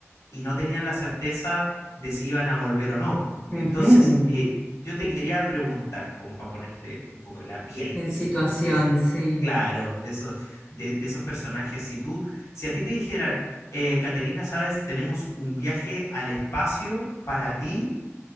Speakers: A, on the left; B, on the left.
A: y no tenían la certeza de si iban a volver o no.
B: Ujú.
A: Entonces, eh, yo te quería preguntar, como para ponerte un poco en la piel
B: En
A: de ese,
B: situación,
A: de,
B: sí.
A: claro, de esos, de, de esos personajes, si tú, si a ti te dijeran, eh, Caterina, sabes, tenemos un viaje al espacio para ti,